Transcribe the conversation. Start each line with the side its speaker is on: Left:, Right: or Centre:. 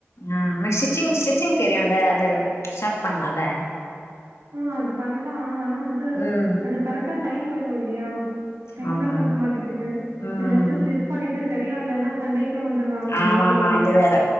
Left: ஆ உனக்கு ஸ்டிச்சிங் ஸ்டிச்சிங் தெரியுல அது ஸ்டார்ட் பண்லால
Right: ஆ அது பண்லா ஆனா வந்து
Left: ம்
Right: அது கரட்டா டைம் வேணோ இல்லயா டைமே
Left: ஆமா ஆமா
Right: பத்த மாட்டிக்குது
Left: ம்
Right: இதுல வந்து ஸ்டிச் பண்ணிட்டு சரியா இல்லன்னா சண்டைக் கு வந்துருவாங்க இந்த
Left: ஆமா
Right: ஏரியாலலா
Left: ஆமா அது வேற